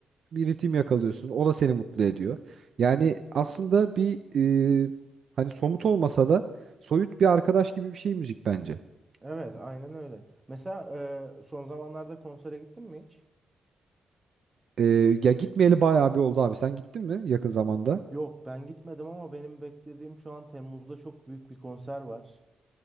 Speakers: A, on the right; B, on the right.
A: bir ritim yakalıyorsun. O da seni mutlu ediyor. Yani aslında bir e, hani somut olmasa da soyut bir arkadaş gibi bir şey müzik bence.
B: Evet, aynen öyle. Mesela ee, son zamanlarda konsere gittin mi hiç?
A: E, ya gitmeyeli bayağı bir oldu abi. Sen gittin mi yakın zamanda?
B: Yok ben gitmedim ama benim beklediğim şu an Temmuz'da çok büyük bir konser var.